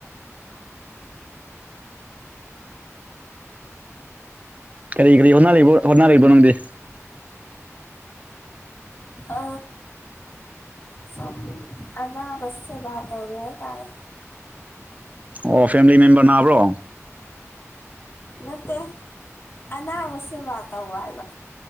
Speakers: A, on the right; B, on the left.
A: ꯀꯔꯤ ꯀꯔꯤ ꯍꯣꯠꯅꯔꯤꯕꯕꯣ ꯍꯣꯠꯅ ꯂꯩꯔꯤꯕꯅꯣ ꯅꯪꯗꯤ
B: ꯑ ꯁ ꯑꯅꯥꯕꯁꯦ ꯇ ꯍꯧꯔ ꯇꯥꯔꯦ
A: ꯑꯣ ꯐꯦꯃꯤꯂꯤ ꯃꯦꯝꯕꯔ ꯅꯥꯕ꯭ꯔꯣ
B: ꯅꯠꯇꯦ ꯑꯅꯥꯕꯁ꯭ ꯋꯥ ꯇꯧ ꯍꯥꯏꯕ